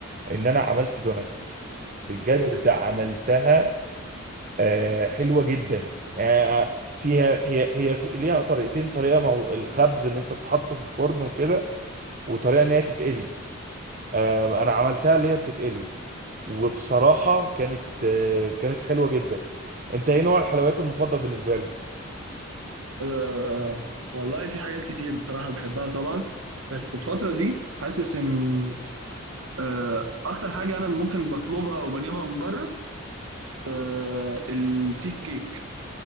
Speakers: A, on the right (about 40°); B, on the right (about 75°).
A: ان انا عملت دوناتس بجد
B: أوه.
A: عملتها آه حلوه جدا يعني آه، فيها هي هي في ليها طريقتين طريقه مو... الخبز ان انت تتحط في الفرن وكده وطريقه ان هي تتقلي آه انا عملتها اللي هي بتتقلي وبصراحه كانت آه كانت حلوه جدا انت ايه نوع الحلويات المفضل بالنسبه لك
B: آه والله في حاجات كتير بصراحة بحبها طبعا بس الفترة دي حاسس إن آه، اكتر حاجه انا ممكن بطلبها وبجيبها من بره آه، التشيز كيك